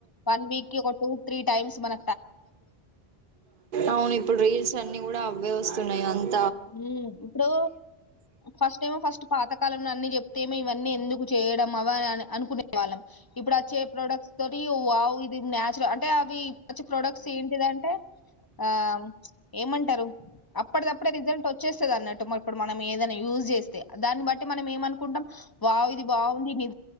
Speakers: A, on the left; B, on the right.
A: వన్ వీక్ కి ఒక టూ త్రీ టైమ్స్ మన
B: అవును ఇప్పుడు రీల్స్ అన్ని కూడా అవే వస్తున్నాయి అన్
A: హు ఇప్పుడు ఫస్ట్ టైం ఫస్ట్ పాతకాలం అన్ని తేేమో ఇవన్నీ ఎందుకు చేయడం అవ అని అనుకునే వాళ్ళం ఇప్పుడు వచ్చే ప్రోడక్ట్స్ తోటి వావ్వు ఇది నన్చురల్ అంటే అవి వచ్చి ప్రోడక్ట్స్ ఏంటిదంటే ఆ ఏమంటారు అప్పటిదాప్పుడు రిజల్ట్ వచ్చేస్తుంది అన్నట్టు ఇప్పుడు మనం ఏదై యజ్ చేస్తే దాన్ని బట్టి మనం ఏమ కొంటాం వావ్ ఇది బాగుంది ని